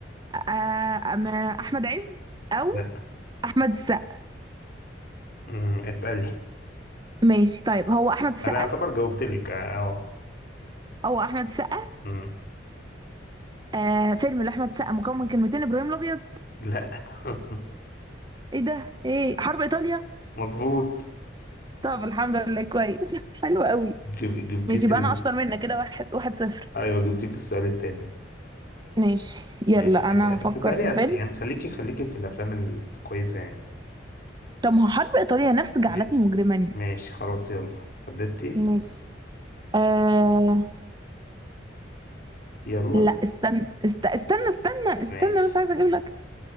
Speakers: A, on the right (about 25°); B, on the left (about 50°).
A: آه... أما احمد عز او
B: لا
A: احمد السقا
B: مم. اسألي
A: ماشي طيب هو احمد السقا
B: أنا أعتبر جاوبتلك آه آه.
A: او احمد السقا
B: مم.
A: آه... فيلم لاحمد السقا مكون من كلمتين ابراهيم الابيض
B: لا <laughs>
A: ايه ده ايه حرب ايطاليا
B: مظبوط
A: طب الحمد لله كويس <laughs> حلو قوي
B: جب- جبتيه
A: ماشي
B: في
A: يبقى
B: ال...
A: انا اشطر منك كده واحد واحد صفر
B: ايوه جبتيه في السؤال التاني
A: ماشي يلا
B: ماشي اس-
A: انا
B: بس
A: هفكر
B: اسألي
A: في
B: أس...
A: فيلم
B: يعني خليكي خليكي في الافلام الكويسة يعني
A: طب ما هو حرب ايطاليا نفس جعلتني
B: ماشي
A: مجرما
B: ماشي خلاص يلا حددتي
A: ماشي آه...
B: يلا
A: لا استنى است... استنى استنى استنى
B: ماشي
A: بس عايزه اجيب لك